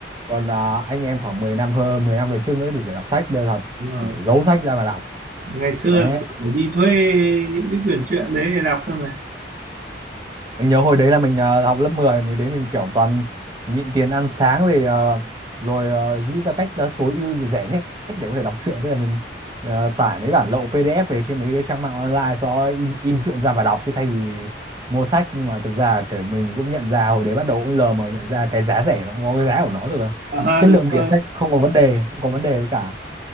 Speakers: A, on the right (about 20°); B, on the right (about 45°).
A: còn ờ, anh em khoảng mười năm hơn 10 năm về trước nữa thì phải đọc sách đều thật
B: đúng rồi.
A: thì phải giấu sách ra mà đọc
B: ngày xưa
A: đấy
B: là tôi phải đi thuê những cái quyển truyện đấy để đọc thôi mà
A: mình nhớ hồi đấy là mình ờ, học lớp mười mình đấy mình kiểu toàn nhịn tiền ăn sáng rồi ờ, rồi ờ, nghĩ ra cách ờ, tối ưu rẻ nhất để có thể đọc truyện thế là mình ờ, tải mấy bản lậu PDF về trên mấy cái trang mạng online sau đó in in
B: ừ.
A: truyện ra và đọc chứ thay vì mua sách nhưng mà thực ra kiểu mình cũng nhận ra hồi đấy bắt đầu cũng lờ mờ nhận ra cái giá rẻ nó cũng có cái giá của nó tức là
B: à,
A: chất
B: đúng
A: lượng
B: rồi
A: bìa sách không có vấn đề cũng có vấn đề với cả